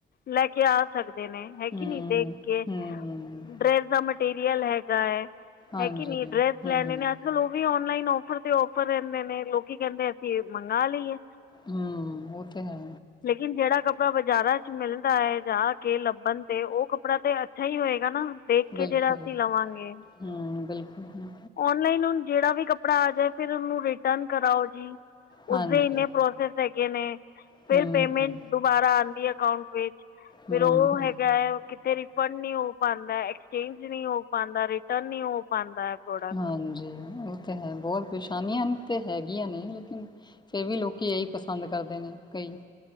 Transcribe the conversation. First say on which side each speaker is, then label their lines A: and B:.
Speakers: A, on the left; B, on the left.
A: ਲੈ ਕੇ ਕੇ ਆ ਸਕਦੇ ਨੇ ਹੈ
B: ਹੂੰ,
A: ਕਿ ਨਹੀਂ ਦੇਖ ਕੇ
B: ਹੂੰ,
A: ਡਰੈਸ ਦਾ ਮਟੀਰੀਅਲ ਹੈਗਾ ਹੈ।
B: ਹਾਂਜੀ,
A: ਹੈ ਕਿ ਨੀ ਡਰੈਸ
B: ਹੂੰ।
A: ਲੈਣੇ ਨੇ ਅੱਜ ਕੱਲ ਉਹ ਵੀ ਔਨਲਾਈਨ ਔਫਰ ਤੇ ਔਫਰ ਰਹਿੰਦੇ ਨੇ। ਲੋਕੀ ਕਹਿੰਦੇ ਅਸੀਂ ਮੰਗਾ ਲਈਏ
B: ਹੂੰ, ਉਹ ਤੇ ਹੈ
A: ਲੇਕਿਨ ਜਿਹੜਾ ਕੱਪ ਕੱਪੜਾ ਬਾਜ਼ਾਰਾਂ ਚ ਮਿਲਦਾ ਹੈ ਜਾ ਕੇ ਲੱਭਣ ਤੇ ਉਹ ਕੱਪੜਾ ਤੇ ਅੱਛਾ ਹੀ ਹੋਏਗਾ ਨਾ। ਦੇਖ
B: ਬਿਲਕੁਲ,
A: ਕੇ ਜਿਹੜਾ ਅਸੀਂ ਲਵਾਂਗੇ।
B: ਹੂੰ, ਬਿਲਕੁਲ।
A: ਔਨਲਾਈਨ ਹੁਣ ਜਿਹੜਾ ਵੀ ਕੱਪੜਾ ਆ ਜਾਏ ਫਿਰ ਉਹਨੂੰ ਰਿਟਰਨ ਕਰਾਓ ਜੀ।
B: ਹਾਂਜੀ,
A: ਉਸਦੇ ਇੰਨੇ ਪ੍ਰੋਸੈਸ ਹੈਗੇ ਨੇ
B: ਹੂੰ,
A: ਫਿਰ ਪੇਮੈਂਟ
B: ਹੂੰ,
A: ਦੁਬਾਰਾ ਆਉਂਦੀ ਹੈ ਅਕਾਂਟ ਵਿੱਚ। ਫਿਰ
B: ਹੂੰ,
A: ਉਹ
B: ਹੂੰ।
A: ਹੈਗਾ ਹੈ ਕਿਥੇ ਵੀ ਰਿਫੰਡ ਨਹੀਂ ਹੋ ਪਾਉਂਦਾ, ਐਕਸਚੇਂਜ ਨਹੀਂ ਹੋ ਪਾਉਂਦਾ, ਰਿਟਰਨ ਨਹੀਂ ਹੋ ਪਾਉਂਦਾ। ਪ੍ਰੋਡਕਟ
B: ਹਾਂਜੀ, ਉਹ ਤੇ ਹੈ ਬਹੁਤ ਪਰੇਸ਼ਾਨੀਆਂ ਤਾਂ ਹੈਗੀਆਂ ਨੇ ਲੇਕਿਨ ਫਿਰ ਵੀ ਲੋਕ ਇਹੀ ਪਸੰਦ ਕਰਦੇ ਨੇ ਕਈ